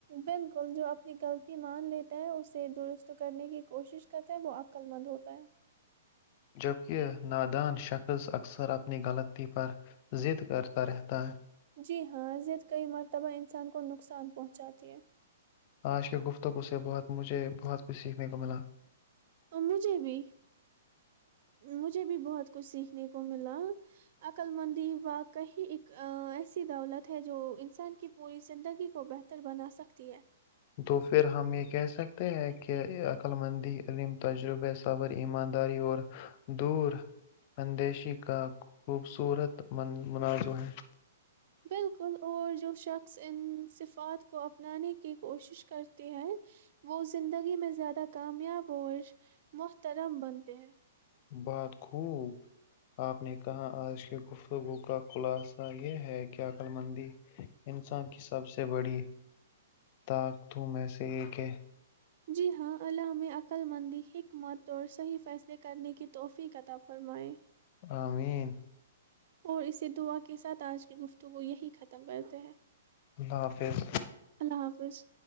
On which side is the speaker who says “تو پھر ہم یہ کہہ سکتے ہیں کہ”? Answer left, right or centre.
Left